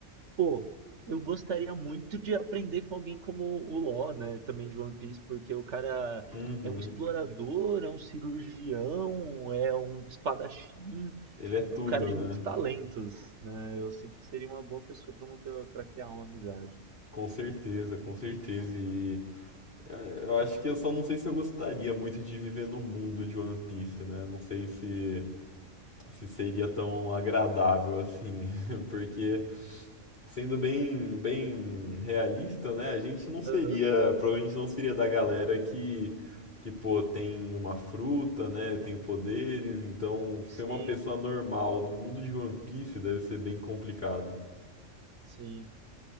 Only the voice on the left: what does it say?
Uhum.
Ele é tudo,
né?
Com certeza, com certeza. E é, eu acho que eu só não sei se eu gostaria muito de viver no mundo de One Piece, né? Não sei se, se seria tão agradável assim, <laughs> porque Sendo bem, bem realista, né? A gente não seria,
provavelmente não seria da galera que, que pô, tem uma fruta, né? Tem poderes, então
ser uma pessoa normal no mundo de One Piece deve ser bem complicado.